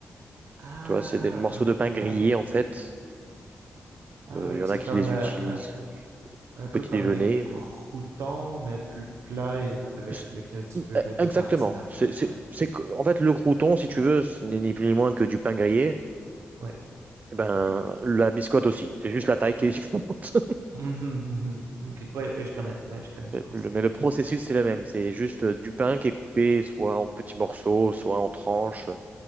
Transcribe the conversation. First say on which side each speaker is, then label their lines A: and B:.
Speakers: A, on the right; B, on the right.
A: Ah,
B: Tu vois, c'est des morceaux de pain grillés
A: ah oui.
B: en fait.
A: Ah
B: Euh,
A: oui,
B: Il y
A: que
B: en
A: c'est
B: a qui
A: comme
B: les
A: euh,
B: utilisent
A: un, un
B: au
A: peu
B: petit
A: comme
B: déjeuner.
A: des croûtons
B: mais-
A: mais plus plats et avec
B: C'est-
A: lesquels tu
B: euh,
A: peux mettre
B: Exactement.
A: des tartinades.
B: C'est, c'est,
A: Ouais,
B: c'est que- en fait, le crouton, si tu veux, ce n'est ni plus ni moins que du pain grillé.
A: ouais.
B: Eh ben, la biscotte aussi. C'est juste la taille qui
A: Ah.
B: est <laughs> différente.
A: Mhm, mhm. Ok, ouais, ouais, je connais, ouais, je connais le
B: Mais
A: concept
B: le mais
A: maintenant.
B: le processus,
A: Ouais.
B: c'est le même. C'est juste euh, du pain qui est coupé soit en petits morceaux, soit en tranches,